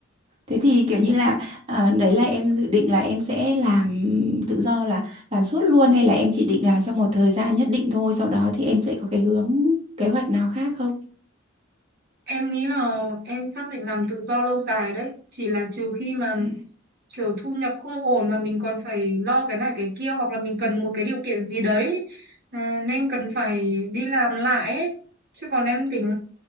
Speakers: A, on the right; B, on the right.
A: Thế thì kiểu như là ờ, đấy là em dự định là em sẽ làm tự do là làm suốt luôn hay là em chỉ định làm trong một thời gian nhất định thôi sau đó thì em sẽ có cái hướng kế hoạch nào khác không?
B: Em nghĩ là em xác định làm tự do lâu dài đấy, chỉ là trừ khi mà
A: Ừ.
B: kiểu thu nhập không ổn mà mình còn phải lo cái này cái kia hoặc là mình cần một cái điều kiện gì đấy à, nên cần phải đi làm lại ấy. Chứ còn em tính